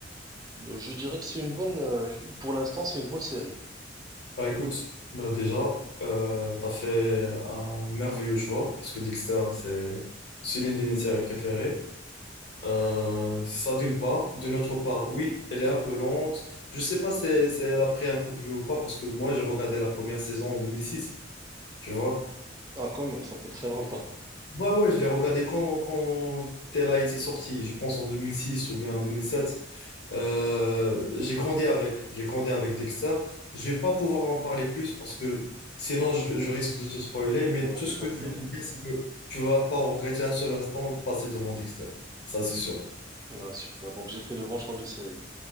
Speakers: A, on the right; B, on the left.
A: je dirais que c'est une bonne, euh, pour l'instant, c'est une bonne série.
B: Bah écoute, bah déjà, euh, t'as fait un merveilleux choix parce que Dexter, c'est c'est l'une de mes séries préférées. Euh, ça d'une part. D'une autre part, oui, elle est un peu lente. Je sais pas si, si elle a pris un coup de vieux ou pas, parce que moi, j'ai regardé la première saison en 2006, tu vois.
A: Ah, quand même, ça fait très longtemps. <laughs>
B: Ouais, ouais, je l'ai regardé quand, quand elle a été sortie, je pense en 2006 ou bien en 2007. Euh, j'ai grandi avec, j'ai grandi avec Dexter. Je vais pas pouvoir en parler plus parce que sinon je, je risque de te spoiler, mais
A: Ouais,
B: tout
A: exactement.
B: ce que je vais te dire, c'est que tu vas pas regretter un seul instant passé devant Dexter. Ça, c'est sûr.
A: Ah, super. Donc, j'ai fait le bon choix de série.